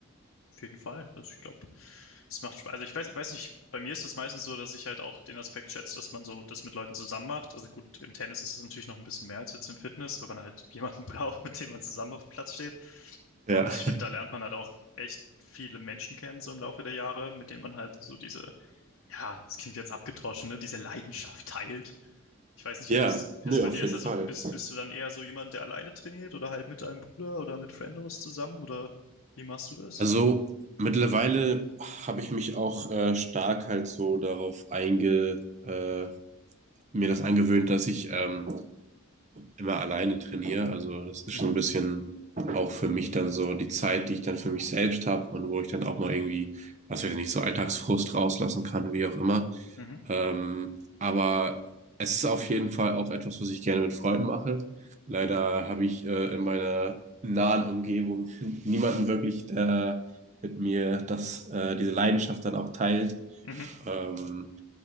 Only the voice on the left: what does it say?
Auf jeden Fall. Also ich glaube, es macht Spaß. Also ich weiß, ich weiß nicht, bei mir ist es meistens so, dass ich halt auch den Aspekt schätze, dass man so das mit Leuten zusammen macht. Also gut, im Tennis ist es natürlich noch ein bisschen mehr als jetzt im Fitness, weil man halt <laughs> jemanden braucht, mit dem man zusammen auf dem Platz steht.
Und ich finde,
da lernt man halt auch echt viele Menschen kennen, so im Laufe der Jahre, mit denen man halt so diese, ja, das klingt jetzt abgedroschen, ne, diese Leidenschaft teilt. Ich weiß nicht,
wie das, wie
das bei
dir
ist. Also
bist, bist du dann eher so jemand, der alleine trainiert oder halt mit deinem Bruder oder mit Friendos zusammen oder wie machst du das?
Mhm.
Mhm.
Mhm.